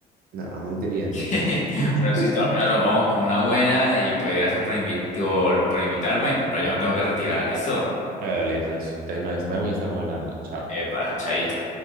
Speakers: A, on the right; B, on the left.
A: Nada, muy inteligente.
B: <laughs>
A: <laughs>
B: Pero si al menos nos vamos con una buena y pues gracias por invi- por, por invitarme, pero ya me tengo que retirar, ¿listo?
A: Hágale, socio. Entonces, nos vemos y estamos hablando. Chao.
B: Epa, chaito.